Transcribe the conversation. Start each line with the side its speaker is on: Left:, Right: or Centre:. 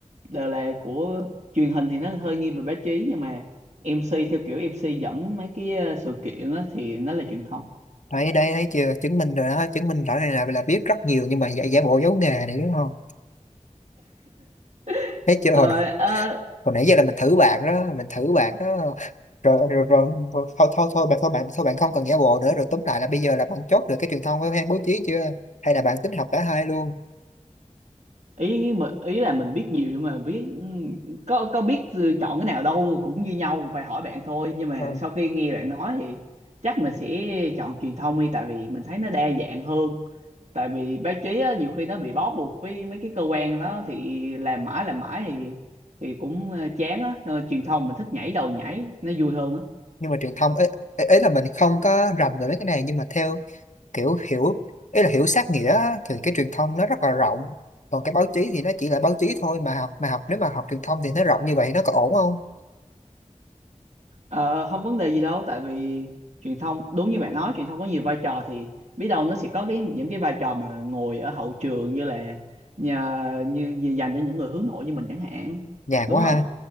Right: đều là của truyền hình thì nó hơi nghiêng về báo chí nhưng mà MC theo kiểu MC dẫn mấy cái ờ, sự kiện á thì nó là truyền thông
Left: đây đây thấy chưa chứng minh rồi đó chứng minh rõ này là là biết rất nhiều nhưng mà giả giả bộ giấu nghề này đúng không
Right: <laughs>
Left: thấy chưa
Right: Thôi,
Left: hồi, hồi nãy giờ là mình thử bạn đó mình thử bạn đó rồi rồi, rồi, rồi. thôi thôi thôi bạn thôi bạn thôi bạn không cần giả bộ nữa rồi tóm lại là bây giờ là bạn chốt được cái truyền thông với hay bố trí chưa hay là bạn tính học cả hai luôn
Right: ý mà ý là mình biết nhiều mà biết ừ, có có biết chọn cái nào đâu cũng như nhau phải hỏi bạn thôi nhưng mà
Left: ừ.
Right: sau khi nghe bạn nói thì chắc mình sẽ chọn truyền thông đi tại vì mình thấy nó đa dạng hơn tại vì báo chí á, nhiều khi nó bị bó buộc với mấy cái cơ quan đó thì làm mãi làm mãi thì thì cũng ờ, chán á Ờ, truyền thông mình thích nhảy đầu nhảy nó vui hơn á
Left: nhưng mà truyền thông ấy, ấy, ấy là mình không có rành về mấy cái này nhưng mà theo kiểu hiểu ấy là hiểu sát nghĩa á, thì cái truyền thông nó rất là rộng còn cái báo chí thì nó chỉ là báo chí thôi mà học mà học nếu mà học truyền thông thì nó rộng như vậy nó có ổn không
Right: Ờ, không vấn đề gì đâu tại vì truyền thông đúng như bạn nói truyền thông có nhiều vai trò thì biết đâu nó sẽ có cái những cái vai trò mà ngồi ở hậu trường như là nhờ, như, như dành cho những người hướng nội như mình chẳng hạn
Left: nhàn
Right: đúng
Left: quá
Right: không
Left: ha